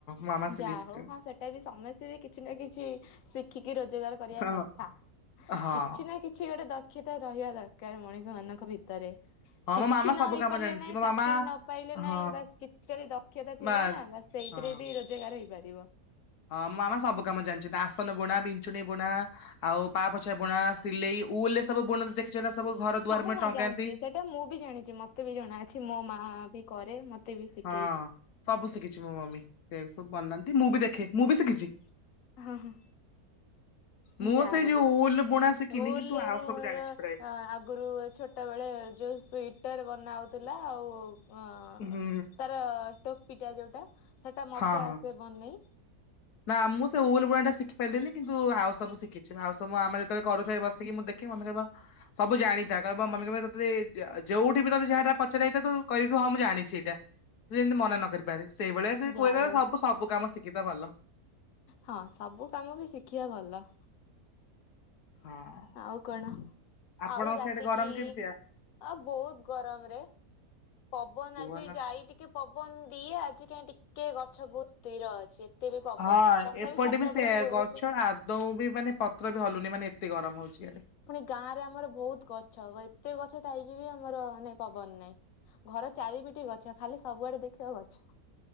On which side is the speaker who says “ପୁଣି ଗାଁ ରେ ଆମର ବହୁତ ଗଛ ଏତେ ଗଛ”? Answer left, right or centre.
Left